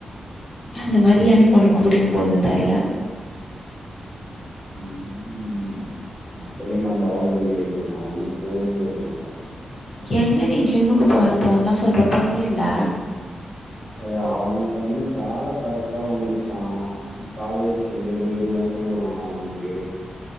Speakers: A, on the left; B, on the left.
A: அந்த மாரி என்னக்கி ஒனக்கு புடிக்கு போதுன்னு தெர்ல
B: ம் அப்பெல்ல நா பாகுபலி ஆயிடுவே நா வந்து போர்வீரன மாரி
A: எங்க நீ ஜிம்முக்கு போறே போறேந்தா சொல்ற போவே இல்ல
B: ஏ அவனுக்கு வந்து வேல கரெக்டா வந்துச்சா காலேஜ்ல இருந்து ஏதோ இதுரா கூடுக்குறாங்களா அவனுக்கு